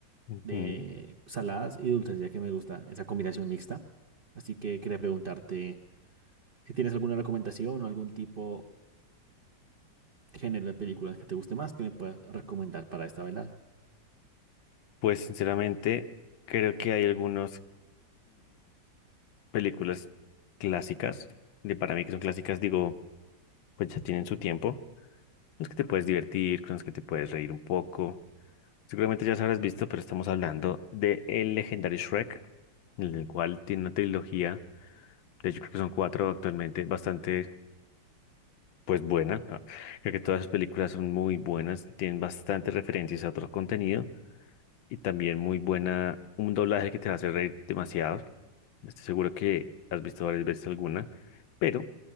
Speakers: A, on the left; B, on the right.
A: ujú.
B: de saladas y dulces, ya que me gusta esa combinación mixta. Así que quería preguntarte si tienes alguna recomendación o algún tipo género de películas que te guste más que me puedas recomendar para esta velada.
A: Pues sinceramente, creo que hay algunas películas clásicas, de para mí que son clásicas, digo, pues ya tienen su tiempo, con las que te puedes divertir, con las que te puedes reír un poco. Seguramente ya las habrás visto, pero estamos hablando de el legendario Shrek, el cual tiene una trilogía, de hecho creo que son cuatro actualmente, bastante pues buena. Ah, Creo que todas las películas son muy buenas, tienen bastantes referencias a otro contenido y también muy buena, un doblaje que te va a hacer reír demasiado. Estoy seguro que has visto varias veces alguna, pero